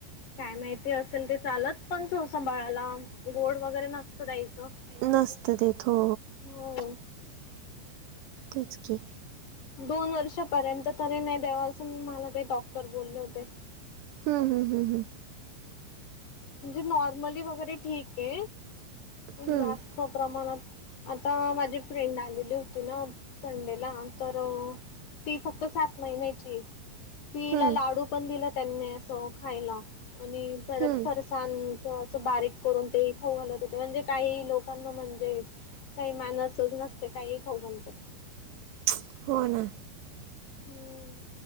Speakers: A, on the left (about 45°); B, on the right (about 75°).
A: काय माहिती असेल ते चालत. पण सोसा बाळाला गोड वगैरे नसत द्यायचं.
B: नसतं
A: <inaudible>
B: देत हो
A: हो.
B: तेच की.
A: दोन वर्षापर्यंत तरी नाही देवा, असं मला ते डॉक्टर बोलले होते.
B: हम् हम हम हं.
A: म्हणजे नॉर्मली वगैरे ठीके.
B: हम्म
A: जास्त प्रमाणात. आता माझी फ्रेंड आलेली होते ना संडेला. तर ती फक्त सात महिन्याची तिला
B: हम्म
A: लाडू पण दिला त्यांनी असं खायला. आणि परत
B: हम्म हम्म.
A: फरसाण च असं बारीक करून ते खाऊ घालत होते. म्हणजे काही लोकांना म्हणजे काही मॅनर्स च नसते. काहीही खाऊ घालतात.
B: <inaudible> हो ना.
A: हम्म.